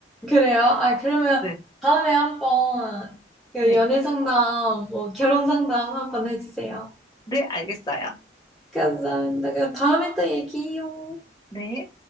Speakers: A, in the centre; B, on the left.
A: 그래요? 아, 그러면
B: 네,
A: 다음에 한번 그
B: 네,
A: 연애 상담, 뭐 결혼 상담 한 번 해주세요.
B: 네, 알겠어요.
A: 감사합니다. 그럼 다음에 또 얘기해요.
B: 네.